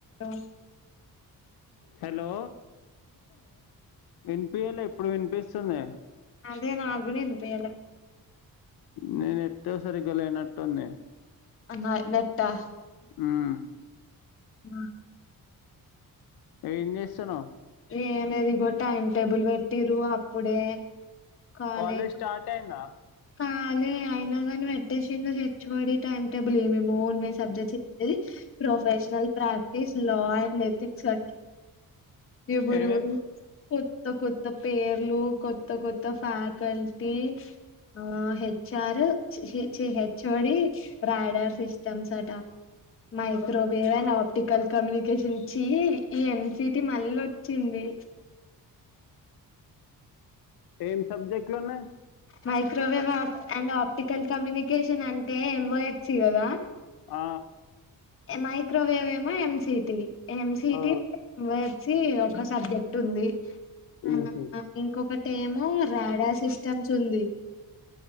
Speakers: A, on the left; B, on the left.
A: ఆ
B: హలో వినిపియాలే ఇప్పుడు వినిపిస్తుంది
A: అదే నాకు కూడా ఇనిపియ్యాలే
B: నీ నెట్ హే సరిగ్గా లేనట్టుంది.
A: నా నెట్టా
B: హ్
A: హ్
B: ఏం చేస్తున్నావ్
A: ఏం లేదు ఇగో టైమ్ టేబుల్ పెట్టిరు అప్పుడే కాలేజ్
B: కాలజ్ స్టార్ట్ అయ్యిందా
A: కాలే అయినా కాని పెట్టేసింది. H O D time table ఏమేమో ఉన్నాయి సబ్జెక్ట్స్ది professional practice law and ethics అటా ఏవారు
B: ఏమేం
A: కొత్త కొత్త పేర్లు కొత్త కొత్త ఫ్యాకల్టీ ఆ హెచ్ఆర్ చి హెచ్ఓడి ర్యాడర్ సిస్టమ్స్ అట మైక్రోవేవ్ అండ్ ఆప్టికల్ కమ్యూనికేషన్స్ ఈ ఎన్సిటి మళ్ళ వచ్చింది
B: ఏం సబ్జెక్ట్ లున్నాయి
A: మైక్రోవేవ్ప్ అండ్ ఆప్టికల్ కమ్యూనికేషన్ అంటే ఎంఓ ఎఫ్సీ కదా
B: ఆ
A: మైక్రోవేవ్ ఏమే ఎం సి టి ఎం సి
B: ఆ ఆ
A: టి సి ఒక సబ్జెక్ట్ ఉంది. ఆ
B: ఉహ్
A: ఇంకొకటి ఏమో రాడార్ సిస్టమ్స్ ఉంది